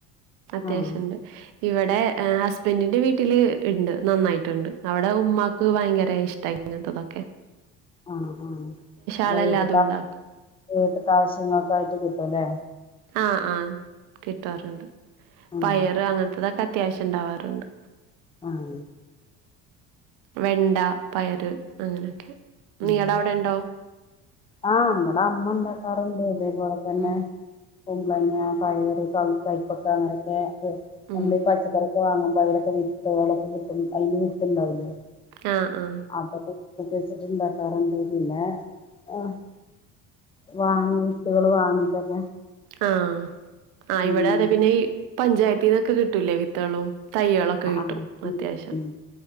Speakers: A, on the right; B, on the left.
A: അത്യാവശ്യംുണ്ട്
B: ആഹ്
A: ഇവിടെ ഹസ്ബൻറിിന്റെ വീട്ടില് ഉണ്ട് നന്നായിട്ടുണ്ട് അവിടെ ഉമ്മാക്ക് ഭയങ്കര ഇഷ്ടമായി അങ്ങനത്തെതൊക്കെ
B: ആഹ ആഹ അപ്പൊ
A: ആളെല്ലാതും
B: വീട്ട
A: ഉണ്ടാക്കും
B: വീട്ട ആാവശ്യങ്ങൾക്ക ആായിട്ട് കിട്ടും ല്ലേ
A: ആഹ ആഹ കിട്ടാറുണ്ട്
B: ഉം
A: പയറ് അങ്ങനത്തതൊെ അത്യാവശ്യം ഉണ്ടാവാറുണ്ട്
B: ആഹ
A: വെണ്ട പയറ് അങ്ങനെയൊക്കെ
B: ഉം
A: നീട അവിടെ ഉണ്ടോ
B: ആഹ് നമ്മടെ അമ്മ ഉണ്ടാക്കാറുണ്ട് ഇതേപോലെ തന്നെ
A: ഉം
B: കുമ്പളങ്ങ പയറ് ക കൈപ്പൊക്ക അങ്ങനെയൊക്കെ നമ്മള്
A: ഉം
B: ഈ പച്ചക്കറൊക്കെ വാങ്ങുമ്പോ വയലക്കെ വിട്ടൊക്കെ കട്ട അതിന് വിട്ടണ്ടാവില്ലേ
A: ആ ആ
B: അൊ ഇന്താാക്കറന്തരില്ല ആഹ വാങ്ങ മട്ടുകള് വാങ്ങിട്ടൊക്കെ
A: ആഹ ആ്
B: ഉം
A: ഇവിടെ അതെ പിന്നെ ഈ പഞ്ചായത്തിന്നൊക്കെ കിട്ടൂലേ വിത്തളും തയകളൊക്കെ
B: ആഹ്
A: കിട്ടും
B: ഉം
A: അത്യാവശ്യം
B: ഉം